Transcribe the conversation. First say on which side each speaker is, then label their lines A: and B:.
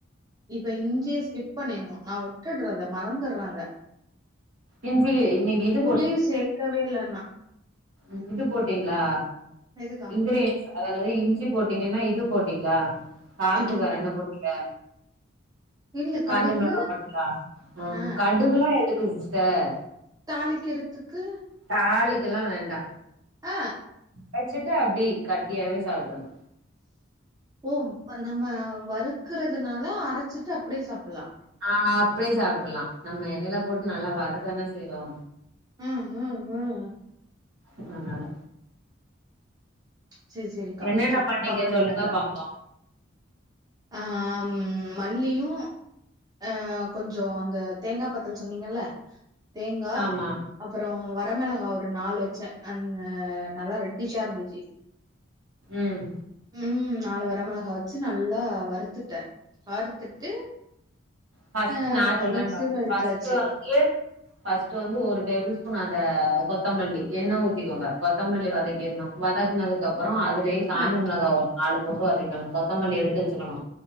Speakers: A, on the right; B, on the right.
A: இப்ப இஞ்சிய ஸ்கிப் பண்ணிரணு நா விட்டுடுறது மறந்துர்றே அத
B: இஞ்சி இன்னைக்கு இது
A: புளியு சேக்கவே இல்ல நா
B: ம் இது போட்டீங்களா
A: எதுக்கா
B: இங்கரேன்ஸ் அது என்னது இஞ்சி போட்டீங்கன்னா இது போட்டீங்களா காரத்துக்கு
A: என்னதுக்கா
B: வேற என்ன போட் டீங்க
A: இல்ல
B: காஞ்ச
A: கடுகு
B: மெளகா போட்டிங்களா ம்
A: ஆ
B: கடுகுலா எதுக்குங்க சிஸ்டர்
A: தாளிக்கிறதுக்கு
B: தாளிக்கல்லா வேண்டா
A: ஆ
B: வச்சிட்டு அப்டி கட்டியாவே சாப்ட்றணு
A: ஓ நம்ம வறுக்குறதுனால அரச்சிட்டு அப்டியே சாப்லா
B: ஆ அப்டியே சாப்ட்றலா நம்ம எண்ணெல போட்டு நல்லா வதக்க தான செய்றோ
A: ம் ம் ம்
B: அதனால
A: சேரி சேரிக்கா
B: என்னென்ன
A: தப்பா
B: பண்ணீங்க
A: பண்ணிட்டே
B: சொல்லுங்க
A: அத
B: பாப்போ
A: ஆ மல்லியு அ கொஞ்சோ அந்த தேங்கா பத்தல் சொன்னீங்கல்ல தேங்கா
B: ஆமா
A: அப்பறோ வரமெளகா ஒரு நாலு வச்சே அந்த நல்லா ரெட்டிஸா இருந்துச்சி
B: ம்
A: ம் நாலு வரமெளகா வச்சு நல்லா வறுத்துட்டே வறுத்துட்டு
B: ஃபர்ஸ்ட்
A: அ
B: நா சொல்றே
A: மிக்சில
B: பாருங்க
A: அடிச்சாச்சு
B: ஃபர்ஸ்டு வந்து ஃபர்ஸ்டு வந்து ஒரு டேபிள் ஸ்பூன் அந்த கொத்தமல்லி எண்ணெ ஊத்திக்கோங்க கொத்தமல்லி வதக்கீர்னு வதக்குனதுக்கு அப்பறோ அது லயே காஞ்ச
A: அ
B: மெளகா ஒரு நாலு போட்டு வதக்கணு கொத்தமல்லி எடுத்து வச்சுக்கணு